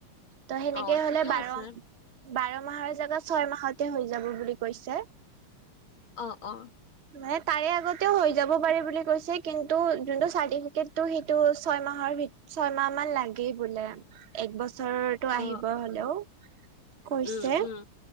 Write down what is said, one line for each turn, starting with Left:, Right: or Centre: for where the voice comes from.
Right: ত সেনেকে
Left: অ
Right: হলে
Left: ঠিকে
Right: বাৰ
Left: আছে
Right: বাৰ মাহৰ জোগা ছয় মাহতে হৈ যাব বুলি কৈছে
Left: অ', অ'।
Right: মানে তাৰে আগতেও হৈ যাব পাৰেি বুলি কৈছে কিন্তু যোনটো চাৰ্টিফিকেটটো সেইটো ছয় মাহৰ ভিতৰত ছয়মাহ মান লাগেই বোলে এক বছৰটো
Left: অ
Right: আহিব হ'লেও কৈছে
Left: উম, উম